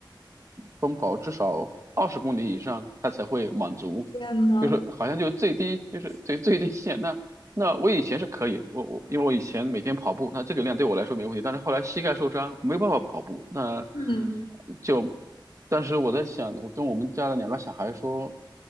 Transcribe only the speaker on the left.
天呐，
嗯